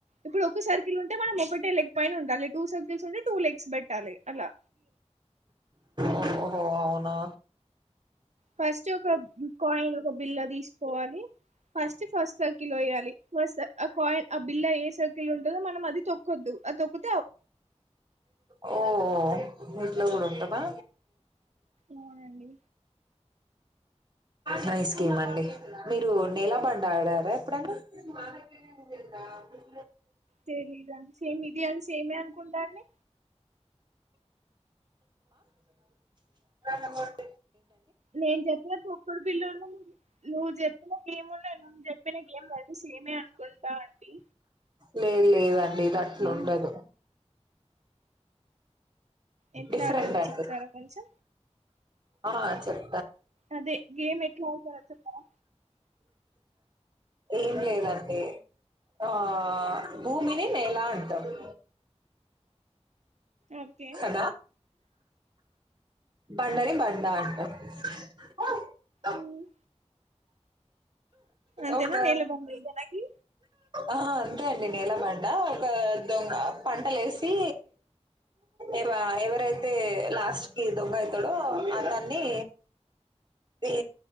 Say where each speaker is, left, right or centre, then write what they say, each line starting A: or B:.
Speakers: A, on the right; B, on the right.
A: ఇప్పుడు ఒక్క సర్కిల్ అంటే మనం ఒకటే లెగ్ పైన ఉండాలి టూ సర్కిల్స్ ఉంటే టూ లెగ్స్ పెట్టాలి అలా
B: ఓహహో అవునా
A: ఫస్ట్ ఒక కాయిన్ ఒక బిల్లా తీసుకోవాలి ఫస్ట్ ఫస్ట్ సర్కిల్ వేయాలి ఫస్ ఆ కాయిన్ ఆ బిల్ల ఏ సర్కిల్ ఉంటుందో మనం అది తోకదు అది తొకు
B: ఓ ఇట్ల కూడా ఉంటదా
A: అవునండి
B: నైస్ గేమ్ అండి మీరు నీలా బండ్ ఆడారా ఎప్పుడైనా <unintelligible>
A: తెలిదుండి సేమ్ ఇది అని సేమే అనుకుంటా అండి
B: నమస్తే
A: నేను చెప్పిన తుకుడు బిల్లున్నా నువ్వు చెప్పిన గేమ్ ఉన్నా నువ్ను చెప్పిన గేమ్ండి సేమ్ ఆ అనుకుంటాండి
B: లే లే ఆట్లు ఉండదు
A: ఎట్లా
B: డిఫరెంట్
A: ఆడతారో
B: ఐతే
A: చెప్తారా కొంచెం
B: ఆ సరే
A: అదే గేమ్ ఎట్లా ఆడతార చెప్పరా
B: ఏం లేదండి ఆ భూమినీ నెలా అంటరు
A: ఓకే
B: కదా బండని బండ అంట
A: మ్మ్ అంతేనా
B: ఒక
A: నీలబండ ఇదేనాకి
B: ఆ అంతే అండి నీలబండ ఒక దొంగ పంటలేసి ఇవ ఎవరైతే లాస్ట్ కి దొంగ అయితాడో అతన్ని ఇ